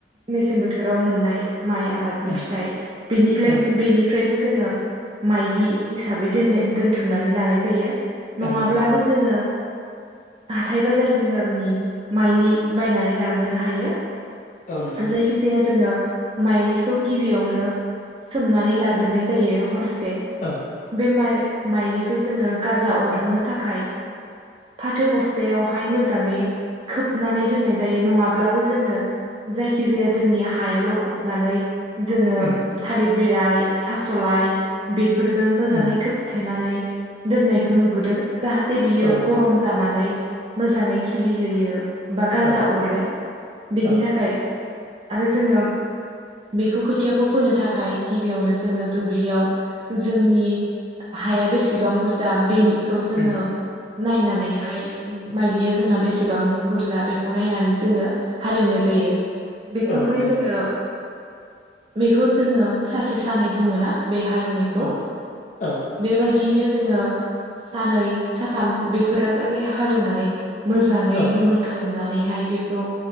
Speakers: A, on the right; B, on the left.
A: मेसें बोथोराव मोननाय माइ आबादनि
B: उम
A: फिथाइ बेनिफ्लाय
B: उम
A: बेनिफ्रायबो जोङो माइज्लि हिसाबै दोन दोनथुमनानै लानाय जायो नङाब्लाबो
B: औ नोंथां
A: जोङो हाथाइ बाजारनि रांनि माइज्लि बायनानै लाबोनो हायो
B: औ नोंथां
A: जायखि जाया जोङो माइज्लि खौ गिबियावनो सोमनानै लाग्रोनाय जायो हरसे
B: औ
A: बे माइ माइज्लिखौ जोङो गाजा अरहोनो थाखाय फाथो बस्थायावहाय मोजाङै खोबनानै दोननाय जायो नङाब्ला ब्लाबो जोङो जायखि जाया जोंनि हायाव लखबनानै जोङो
B: उम
A: थालिर बिलाइ थास'लाय बेफोरजों मोजाङै
B: उम
A: खोबथेनानै दोननायखौ नुबोदों जाहाथे बियो
B: औ नोंथां
A: गरम जानानै मोजाङै खिलि होयो बा गाजा
B: औ
A: अरो बेनि
B: औ
A: थाखाय आरो जोङो बेखौ खोथियाखौ फोनो थाखाय गिबियावनो जोङो दुब्लियाव जोंनि हाया बेसेबां बुरजा बेनि खौ जोङो
B: उम
A: नायनानैहाय माइलिया जोंना बेसेबां बुरजा बेखौ नायनानै जोङो हालेवनाय जायो बेखौहाय
B: औ नोंथां
A: जोङो बेखौ जोङो सासे सानै बुङो ना बे हालेवनायखौ
B: औ औ
A: बेबायदियैनो जोङो सानै, साथाम बेफोर फोरहालागै हालेवनानै मोजाङै
B: औ
A: गोमोन खालामनानैहाय बे खौ